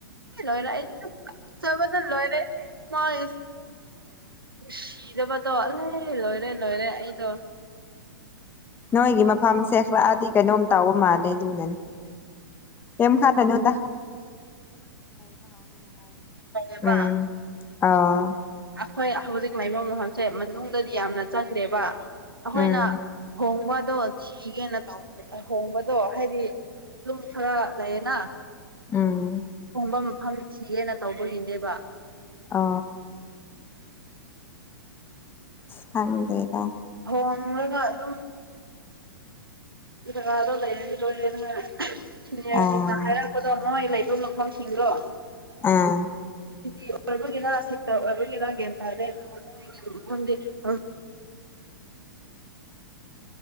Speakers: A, on the right; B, on the left.
A: ꯂꯣꯏꯔꯦ ꯑꯩ ꯐꯠꯆꯕꯅ ꯂꯣꯏꯔꯦ ꯃꯥꯣ ꯁꯤꯔ ꯖꯕ ꯇꯣ ꯑꯜꯥꯏ ꯂꯣꯏꯔꯦ ꯂꯣꯏꯔꯦ ꯑꯩ ꯇꯣ
B: ꯅꯣꯏꯒꯤ ꯃꯐꯝ ꯁꯦꯈꯂꯛꯑꯗꯤ ꯀꯩꯅꯣꯝ ꯇꯥꯎꯕ ꯃꯥꯜꯂꯦ ꯑꯗꯨꯅꯅꯦ ꯑꯦꯝ ꯈꯔꯦ ꯅꯗ
A: ꯦꯕ
B: ꯎꯝ ꯑꯥ
A: ꯍꯣꯏ ꯍꯧꯖꯤ ꯛ ꯃꯥꯏꯕ ꯃꯐꯝꯁꯦ ꯃꯅꯨꯡꯗꯗꯤ ꯌꯥꯝꯅ ꯆꯪꯗꯦꯕ ꯑꯩꯈꯣꯏꯅ
B: ꯎꯝ
A: ꯍꯍꯣꯡꯕꯗꯣ ꯊꯤꯒꯦꯅ ꯇꯧꯕꯅꯦꯍꯣꯡꯕꯗꯣ ꯍꯥꯏꯗꯤ ꯑꯗꯨꯝ ꯈꯔ ꯂꯩꯌꯦꯅ
B: ꯎꯝ
A: ꯐꯝꯕ ꯃꯐꯝ ꯊꯤꯒꯦꯅ ꯇꯧꯕꯒꯤꯅꯦꯕ
B: ꯑ ꯊꯪꯗꯦꯗ
A: ꯑꯣ ꯑꯗꯨ ꯖꯒꯥꯗꯣ ꯂꯩꯔꯅꯤ ꯂꯣꯏꯔꯦ ꯑꯗꯨꯅ ꯁꯦꯡꯅ
B: ꯑꯥ
A: ꯍꯥꯏꯔꯛꯄꯗꯣ ꯅ ꯂꯩ ꯑꯗꯨ ꯃꯐꯝꯁꯤꯡꯗꯣ
B: ꯑꯥ
A: ꯁꯇꯤ ꯑꯣꯏꯕꯒꯤꯔꯥ ꯁꯦꯛꯇ ꯑꯣꯏꯕꯒꯤꯔꯥ ꯒ꯭ꯟ ꯇꯥꯔꯦ ꯑꯗꯨ ꯈꯪꯗꯦ ꯑ